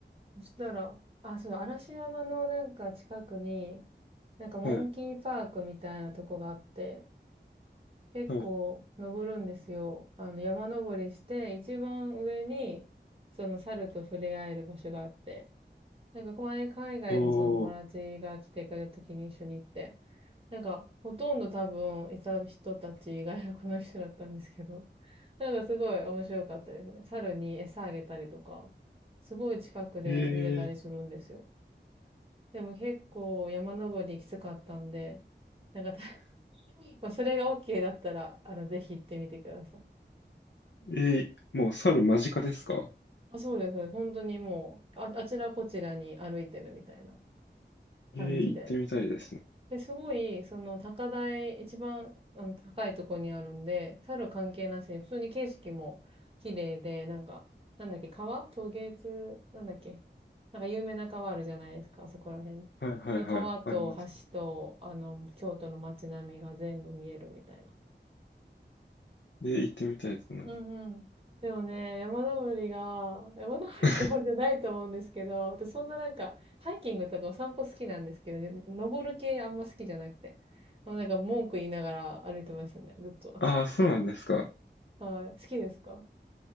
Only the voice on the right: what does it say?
そしたら、あ、そうだ、嵐山のなんか近くに、なんかモンキーパークみたいなとこがあって、
結構登るんですよ。
あの、山登りして、一番上に、その猿と触れ合える場所があって、なんか前海外のその友達が来てくれた時に一緒に行って、
なんかほとんど多分いた人たち外国の人だったんですけど、なんかすごい面白かったですね。猿に餌あげたりとか、すごい近くで見れたりするんですよ。
でも結構山登りきつかったんで、なんかた <laughs> まあそれが OK だったら、あの、ぜひ行ってみてください。
あ、そうです。本当にもう、あ、あちらこちらに歩いてるみたいな感じで。
で、すごい、その、高台、一番、あの、高いとこにあるんで、猿関係なしに、普通に景色も綺麗で、なんか、なんだっけ、川渡津、なんだっけ。なんか有名な川あるじゃないですか、あそこら辺。
その川と橋と、
あの、京都の街並みが全部見えるみたいな。
うんうん。でもね、山登りが、山登りってほどじゃないと思うんですけど、
私そんななんか、ハイキングとかお散歩好きなんですけど、ね登る系あんま好きじゃなくて。もうなんか文句言いながら歩いてましたね、ずっと。
<laughs> はい。好きですか